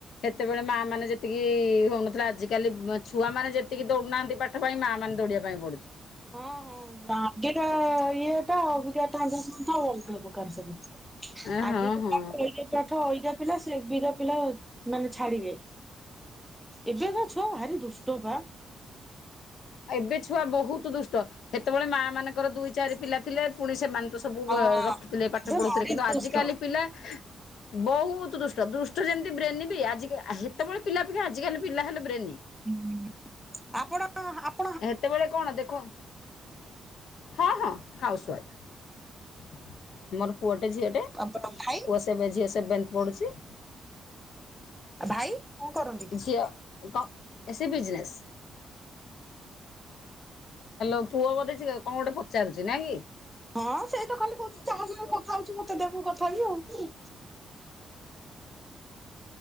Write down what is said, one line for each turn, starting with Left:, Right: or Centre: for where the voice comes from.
Left: ହେତେବେଳେ ମା ମାନେ ଯେତିକି ହଉନଥିଲା ଆଜିକାଲି ଛୁଆ ମାନେ ଯେତିକି ଦୌଡୁନାହାନ୍ତି ପାଠ ଠ ପାଇଁ ମା ମାନେ ଦୌଡିବା ପାଇଁ ପଡୁଛି।
Centre: ହଁ ହଁ <unintelligible> ଇଏ ଟା ଅବିକା <unintelligible> ଅଲଗା ପ୍ରକାର ସବୁ।
Left: ଏ
Centre: ଆଗେକା
Left: ହଁ ହଁ
Centre: ପାଠ <unintelligible> ପାଠ ଅଇକା ପିଲା ସେବେକା ପିଲା ମାନେ ଛାଡିବେ ଏବେକା ଛୁଆ ଭାରି ଦୁଷ୍ଟ ବା।
Left: ଏବେ ଛୁଆ ବହୁତ ଦୁଷ୍ଟ ସେତେବେଳେ ମା ମାନଙ୍କର ଦୁଇ ଚାରି ପିଲା ଥିଲେ ପୁଣି ସେମାନେ ତ ସବୁ
Centre: ହଁ
Left: ଅ ରଖିଥିଲେ ପାଠ
Centre: ଏବେ
Left: ପଢଉଥିଲେ
Centre: ଭାରି
Left: କିନ୍ତୁ ଆଜିିକାଲି
Centre: ଦୁଷ୍ଟ।
Left: ପିଲା ବହୁତ ଦୁଷ୍ଟ ଦୁଷ୍ଟ ଯେମିତି ବ୍ରେନି ବି ଆଜିକା ହେତେବେଳେ ପିଲା ଥିଲେ ଆଜିକାଲି ପିଲା ହେଲେ ବ୍ରେନି।
Centre: ହୁଁ ଆପଣ ଆପ
Left: ହେତେବେଳେ କଣ ଦେଖ ହଁ ହଁ ହାଉସୱାଇଫ୍। ମୋର ପୁଅଟେ ଝିଅଟେ ପୁଅ
Centre: ଭାଇ
Left: ସେବେ ଝିଅ ସେଭେନ୍ଥ ପଡ଼ୁଛି।
Centre: ଆଉ ଭାଇ? କଣ କରନ୍ତି?
Left: ଝିଅ କଣ ସେ ବିଜନେସ୍ ହ୍ୟାଲୋ ପୁଅ ବୋଧେ ଅଛି କଣ ଗୋଟେ ପଚାରୁଛି ନାଇଁ କି?
Centre: ହଁ ସେଇ ତ ଖାଲି କହୁଚି ଜାହା ସହିତ କଥା ହଉଛି ମତେ ଦେ ମୁଁ କଥା ହେବି ଆଉ।